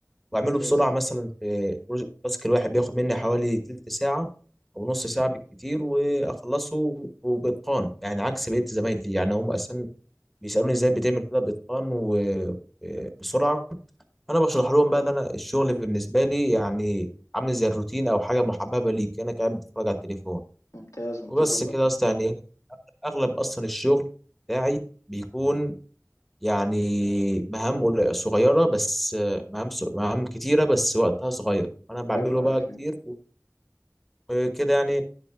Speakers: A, on the left; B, in the centre.
A: ممتاز
B: واعمله بسرعه مثلا في بروجكت التاسك الواحد بياخد مني حوالي تلت ساعه او نص ساعه بالكتير واخلصه وباتقان يعني عكس بقيه زمايلي يعني هم اصلا بيسالوني ازاي بتعمل كده باتقان وبسرعه انا بشرح لهم بقى ان انا الشغل بالنسبه لي يعني عامل زي الروتين او حاجه محببه ليك انا قاعد بتفرج على التليفون
A: ممتاز ممتاز
B: وبس
A: والله
B: كده
A: بجد.
B: اصلا يعني إيه، اغلب اصلا الشغل بتاعي بيكون يعني مهام قل- صغيره بس مهام ص- مهام كتيره بس وقتها صغير انا بعمله
A: ايوه
B: بقى
A: ايوه فاهم
B: كتير وكده يعني